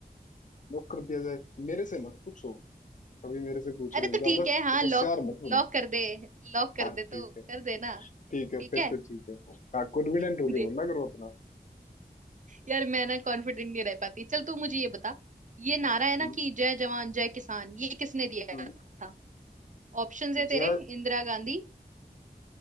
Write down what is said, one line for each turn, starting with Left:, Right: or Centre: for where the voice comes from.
Left: लॉक कर दिया जाए मेरे से मत पूछो कभी मेरे से पूछ
Right: अरे
Left: रहे
Right: तो
Left: हो ज्यादा
Right: ठीक है हाँ
Left: होशियार
Right: लॉक
Left: मत बोलो
Right: लॉक कर दे लॉक कर
Left: हाँ
Right: दे तो
Left: ठीक है
Right: कर दे ना
Left: ठीक है
Right: ठीक
Left: फिर
Right: है
Left: तो ठीक है हाँ कॉन्फिडेंट
Right: <laughs>
Left: होके बोलना करो अपना
Right: यार मैं ना कॉन्फिडेंट नहीं रह पाती चल तू मुझे ये बता ये नारा है ना
Left: हम्म
Right: कि जय जवान जय किसान ये किसने दिया
Left: हम्म
Right: था ऑप्शंस है
Left: जय
Right: तेरे इंदिरा गांधी